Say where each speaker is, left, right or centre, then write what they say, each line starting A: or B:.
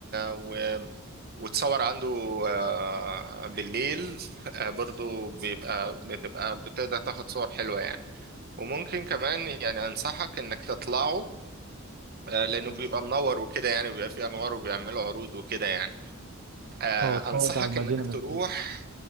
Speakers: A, on the right; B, on the right.
A: و وتصور عنده آه بالليل آه برضو بيبقى بتبقى بتقدر تاخد صور حلوة يعني وممكن كمان يعني أنصحك إنك تطلعه آه، لأنه بيبقى منور وكده يعني بيبقى فيه أنوار وبيعملوا عروض وكده يعني آه،
B: اه اتفرج
A: أنصحك
B: على المدينه
A: إنك تروح
B: من فوق